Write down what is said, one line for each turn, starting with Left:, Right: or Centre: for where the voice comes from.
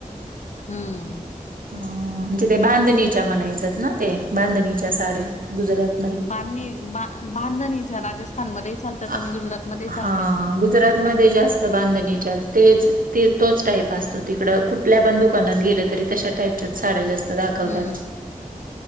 Left: हम्म.
Right: ह म्हणजे ते बांधणीच्या म्हणायचात ना ते बांधणीच्या साड्या गुजरात
Left: बांधणी बांधणी ज्या राजस्थानमध्ये ही चालतात
Right: अ,
Left: आणि गुजरातमध्ये ही
Right: हां,
Left: चालतात.
Right: गुजरातमध्ये जास्त बांधणीच्या तेच ते तोच टाईप असतो तिकड कुठल्या पण दुकानात गेलं तरी तशा टाईप च्याच साड्या जास्त दाखवतात.
Left: हम्म